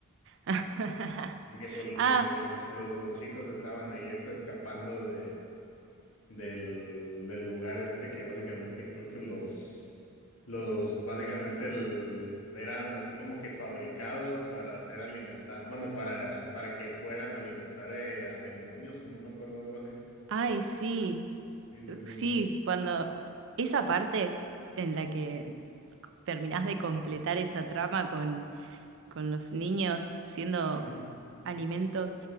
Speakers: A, on the right; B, on the left.
A: <laughs>
B: porque por lo,
A: Ah,
B: porque por los, chi- los, los chicos estaban ahí este, escapando de del, del lugar este que básicamente creo que los, los, básicamente el- eran así como que fabricados para hacer alimentar, bueno, para, para que fueran a alimentar eh, a demonios o no me acuerdo, algo así.
A: ay, sí.
B: Sí, sí,
A: Uh,
B: sí.
A: Sí, cuando esa parte en la que terminás de completar esa trama con, con los niños siendo
B: Ujú,
A: alimentos